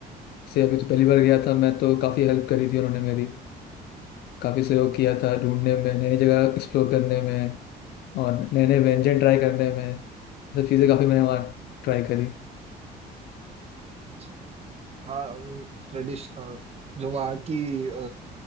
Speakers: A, on the left; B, on the right.
A: ऐसे अभी तो पहली बार गया था मैं तो काफी हेल्प करी थी उन्होंने मेरी काफी सहयोग किया था ढूंढने में नई नई जगह एक्सप्लोर करने में और नए नए व्यंजन ट्राई करने में ये सब चीजें काफी मैंने वहाँ ट्राई करी
B: अच्छा। हाँ, उम, ट्रेडिश अ, जो वहाँ की अ